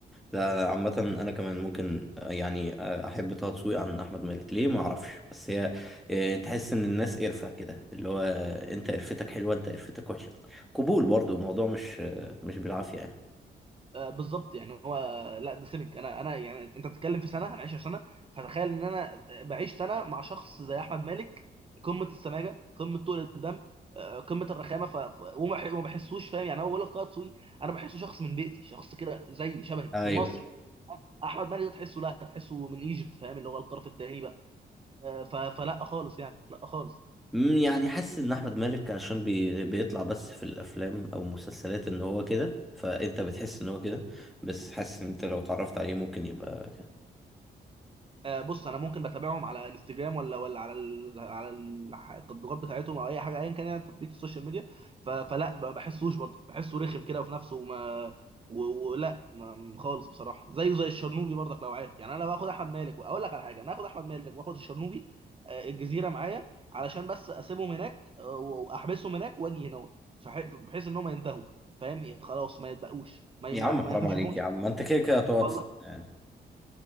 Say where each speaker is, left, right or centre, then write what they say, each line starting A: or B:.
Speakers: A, in the centre; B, on the right.
A: لا عامة أنا كمان ممكن آه، يعني آه، أحب طه دسوقي عن أحمد مالك ليه ما أعرفش بس هي آه، تحس إن الناس قرفة كده اللي هو آه، أنت قرفتك حلوة أنت قرفتك وحشة قبول برضو الموضوع مش آه، مش بالعافية يعني
B: آه بالظبط يعني هو لا ده سمك انا انا يعني انت بتتكلم في سنه انا 10 سنه فتخيل ان انا بعيش سنه مع شخص زي احمد مالك قمه السماجه قمه طول الدم آه، قمه الرخامه ف... ف- وما بح- وما بحسوش فاهم يعني انا بقول لك طه دسوقي انا بحسه شخص من بيتي شخص كده زي شبهي
A: أيوه
B: من مصر احمد مالك ده تحسه لا تحسه من ايجيبت فاهم اللي هو الطرف الثاني بقى آه، ف- فلا خالص يعني لا خالص
A: مم، يعني حاسس إن أحمد مالك عشان بي بيطلع بس في الأفلام أو المسلسلات إن هو كده فأنت بتحس إن هو كده بس حاسس إن أنت لو اتعرفت عليه ممكن يبقى كده
B: آه، بص انا ممكن بتابعهم على انستجرام ولا ولا على ال- على ال- التطبيقات بتاعتهم او اي حاجه ايا كان يعني تطبيق السوشيال ميديا ف- فلا ما بحسوش برضه بحسه رخم كده وفي نفسه وما و- ولا ما- خالص بصراحه زيه زي الشرنوبي برضك لو عارف يعني انا لو هاخد احمد مالك واقول لك على حاجه انا هاخد احمد مالك واخد الشرنوبي آه، الجزيره معايا علشان بس اسيبهم هناك آه، واحبسهم هناك واجي هنا فح- بحيث ان هم ينتهوا فاهم خلاص ما يتبقوش ما
A: يا
B: ما
A: عم
B: ما
A: حرام
B: ما اشوفهمش
A: عليك يا عم ما أنت كده كده هتقعد
B: والله
A: سنة يعني.